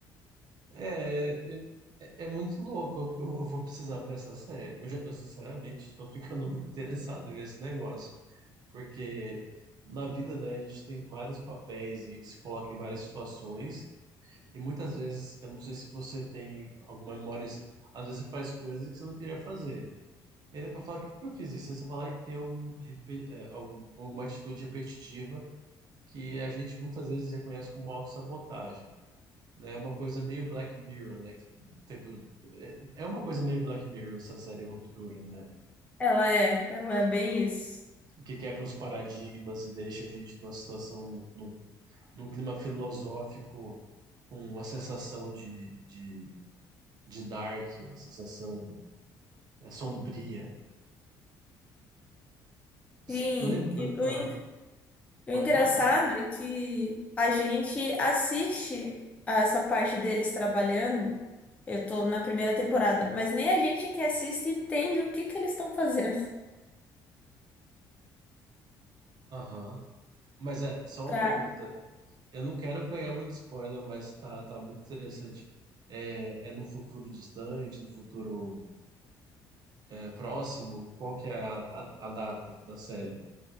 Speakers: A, on the right; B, on the left.
A: É, é, é é muito louco. Eu, eu vou precisar ver essa série. Eu, já- eu sinceramente estou ficando <laughs> muito interessado em ver esse negócio, porque na vida, né, a gente tem vários papéis, a gente se coloca em várias situações e muitas vezes, eu não sei se você tem alguma memória, às vezes você faz coisas que você não queria fazer. E aí depois fala, por que que eu fiz isso? Aí você fala, e tem algum, repe- é, algum- alguma atitude repetitiva que a gente muitas vezes reconhece como autossabotagem, né? É uma coisa meio Black Mirror, né? Que tem co- é é uma coisa meio Black Mirror essa série Ruptura, né?
B: Ela é, ela é bem isso.
A: Que quebra os paradigmas e deixa a gente numa situação, num, num, num clima filosófico, com uma sensação de, de, de dark, uma sensação é, sombria.
B: Sim,
A: So- Lembra...
B: e o,
A: Aham,
B: en- o
A: pode
B: engraçado
A: falar.
B: é que a gente assiste a essa parte deles trabalhando. Eu tô na primeira temporada, mas nem a gente que assiste entende o que que eles estão fazendo.
A: Aham. Mas é só uma
B: <laughs> Pra,
A: pergunta. Eu não quero pegar muito spoiler, mas tá, tá muito interessante. É, é no futuro distante, no futuro é, próximo? Qual que é a, a, a data da série?